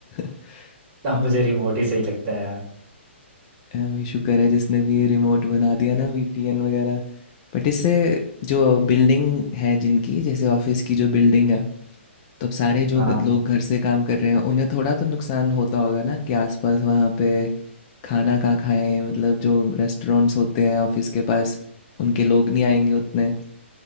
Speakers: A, on the left; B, on the right.
A: <laughs>
B: तब मुझे रिमोट ही सही लगता है यार
A: हाँ, भाई शुक्र है जिसने भी ये रिमोट बना दिया ना वीपीएन वगैरह बट इससे जो बिल्डिंग है जिनकी जैसे ऑफिस की जो बिल्डिंग है तो अब सारे जो
B: हाँ
A: ग- लोग घर से काम कर रहे हैं उन्हें थोड़ा तो नुकसान होता होगा ना कि आसपास वहाँ पे खाना कहाँ खाएं मतलब जो रेस्टोरेंट्स होते हैं ऑफिस के पास उनके लोग नहीं आएंगे उतने